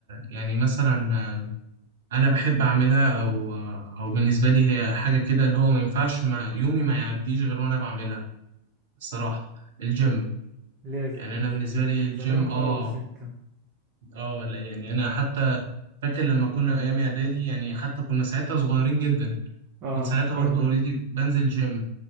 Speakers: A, on the right (about 55°); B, on the right (about 35°).
A: يعني مثلا أنا بحب أعملها أو آه، أو بالنسبة لي هي حاجة كده اللي هو ما ينفعش مع يومي ما يعديش غير وأنا بعملها الصراحة الجيم
B: لازم
A: يعني
B: تنزل
A: انا بالنسبه
B: جيم
A: لي
B: من
A: الجيم
B: زمان خالص
A: اه
B: انت
A: اه لا يعني انا حتى فاكر لما كنا ايام اعدادي يعني حتى كنا ساعتها صغيرين جدا
B: اه
A: كنت ساعتها برضو
B: فاهمك
A: اوريدي بنزل جيم